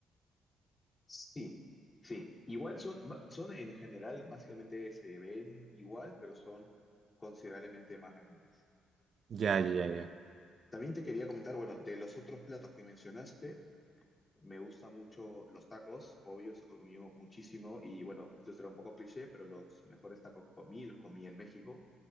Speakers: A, on the left; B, on the right.
A: Sí, sí. Igual son, ba- son en general, básicamente se ven igual, pero son considerablemente más grandes.
B: Ya, ya, ya, ya.
A: También te quería comentar, bueno, de los otros platos que mencionaste, me gustan mucho los tacos, obvio, se comí muchísimo y bueno, esto será un poco cliché, pero los mejores tacos que comí los comí en México,